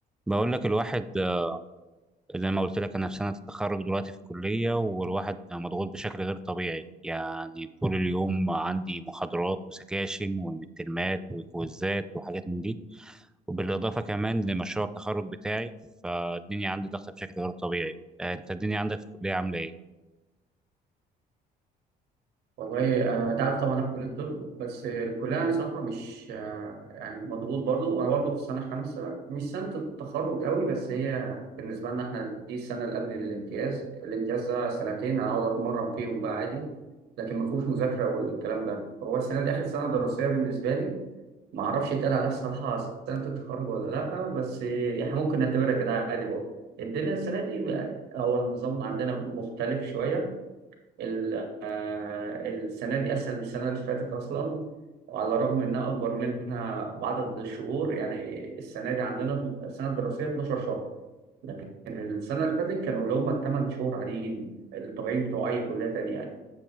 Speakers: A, in the centre; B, on the right (about 75°).
A: بقول لك الواحد آه، زي ما قلت لك انا في سنه التخرج دلوقتي في الكليه والواحد آه، مضغوط بشكل غير طبيعي يعني طول اليوم عندي محاضرات وسكاشن ومترمات وكويزات وحاجات من دي وبالاضافه كمان لمشروع التخرج بتاعي فالدنيا عندي ضغطه بشكل غير طبيعي آه، انت الدنيا عندك في الكليه عامله ايه؟
B: والله آه، انت عارف طبعا انا في كليه الطب بس الكليه يعني صراحه مش آه، يعني مضغوط برضو وانا برضو في سنه خمسه مش سنه التخرج قوي بس هي بالنسبه لنا احنا دي السنه اللي قبل الامتياز الامتياز ده سنتين اقعد اتمرن فيهم بقى عادي لكن ما فيهوش مذاكره والكلام ده فهو السنه دي اخر سنه دراسيه بالنسبه لي ما اعرفش يتقال عليها الصراحه سنه التخرج ولا لا بس يعني ممكن نعتبرها كده عادي برضه الدنيا السنه دي آه، هو النظام عندنا مختلف شويه ال- آه، السنة دي أسهل من السنة اللي فاتت أصلا وعلى الرغم إنها أكبر منها بعدد الشهور يعني السنة دي عندنا السنة الدراسية 12 شهر لكن السنة اللي فاتت كانوا اللي هم الثمان شهور عاديين الطبيعيين بتوع أي كلية تانية يعني